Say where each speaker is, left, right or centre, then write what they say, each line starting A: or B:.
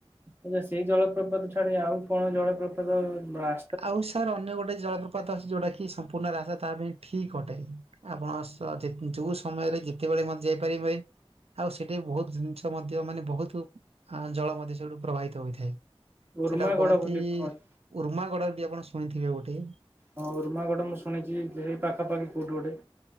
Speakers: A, on the right; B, on the right.
A: ଆଚ୍ଛା ସେଇ ଜଳପ୍ରପାତ ଛାଡ଼ି ଆଉ କଣ ଜଳପ୍ରପାତ ରା
B: ଆଉ ସାର୍ ଅନ୍ୟ ଗୋଟେ ଜଳପ୍ରପାତ ଅଛି ଯୋଉଟା କି ସମ୍ପୂର୍ଣ୍ଣ ରାସ୍ତା ତା ପାଇଁ ଠିକ ଅଟେ। ଆପଣ ଯୋଉ ସମୟରେ ଯେତେବେଳେ ମଧ୍ୟ ଯାଇପାରିବେ। ଆଉ ସେଠି ବହୁତ ଜିନିଷ ମଧ୍ୟ ମାନେ ବହୁତ ଜଳ ମଧ୍ୟ ସେଇଠୁ ପ୍ରବାହିତ ହୋଇଥାଏ।
A: ଉର୍ମାଗଡ
B: ସେଟାକୁ କହନ୍ତି,
A: ବୋଲି କଣ ଅଛି?
B: ଉର୍ମାଗଡ଼ ଯଦି ଆପଣ ଶୁଣିଥିବେ ଗୋଟେ‌
A: ହଁ, ଉର୍ମାଗଡ଼ ମୁଁ ଶୁଣିଛି ଏଇ ପାଖାପାଖି କୋଉଠି ଗୋଟେ।